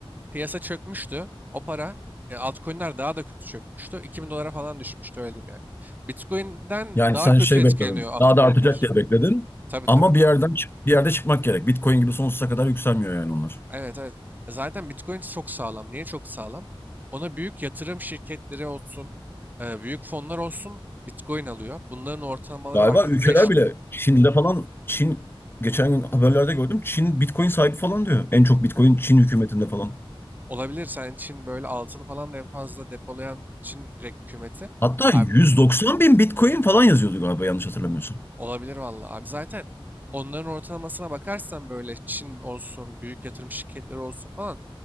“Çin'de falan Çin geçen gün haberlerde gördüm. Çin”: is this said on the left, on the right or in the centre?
Left